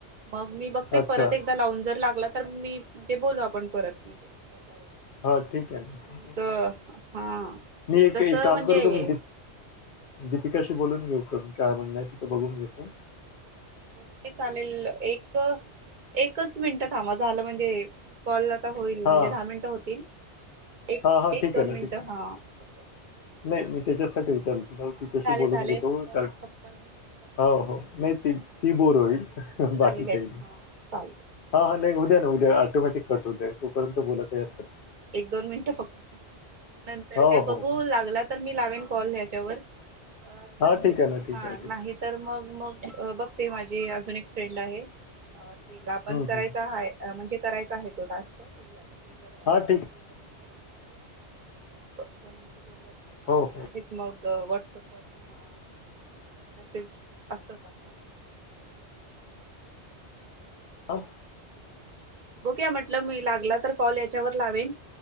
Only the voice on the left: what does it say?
अच्छा
हो ठीक आहे ना
ठीक
हे.
मी एक
एक काम
करू क मी. दीपिकाशी बोलून घेऊ काय म्हणय तिचं बघून घेते.
हा
हा हा
ठीक
आहे ना
ठीक आहे
नाही मी त्याच्यासाठी विचा ल तुला
तिच्याशी
बोलून
घेतो
कार
हो
हो नाही
त ती बोर होईल.
बाकी
काही
नाही
हा हा नाही उद्या ना उद्या ऑटोमॅटिक कट होद्या तोपर्यंत बोलाय काही हरकत नाही.
हो
हो
हा
ठीक आहे ना ठीक
आहे ठीक
आहे
हम्म, हम्म.
हा
ठीक
आहे
हो हो
हं.